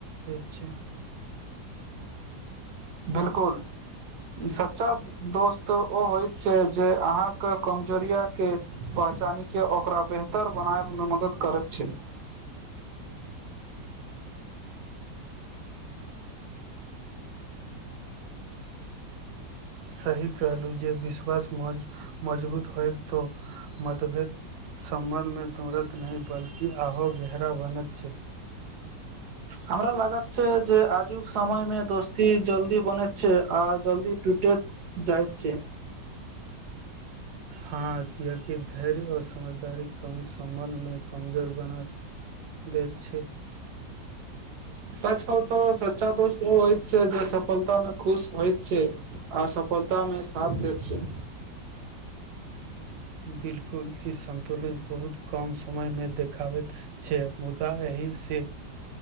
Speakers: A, on the right; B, on the right.
A: देत छै
B: बिल्कूल सच्चा दोस्त ओ होय छै जे अहाँके कमजोरिया के पहचानीके ओकरा बेहतर बनाब मे मदद करैत छै
A: सही कहलहु जे विश्वास मजबूत होय तो मतभेद सम्बन्ध मे दौड़त नहि बल्कि आहो गहरा बनत छै
B: हमरा लागा छै जे आजुक समय मे दोस्ती जल्दी बने छै आ जल्दी टूटैत जाइत छै
A: हँ कियाकि धैर्य आ समझदारी कमी सम्बन्धमे कमजोर बना दैत छै
B: सच कहूँ तऽ सच्चा दोस्त होइ छै जे सफलता मे खुश होइत छै आ असफ्लता मे साथ देैत छै
A: बिल्कूल ई संन्तुलन बहुत कम समय में देखाबैत छै मुदा एहि से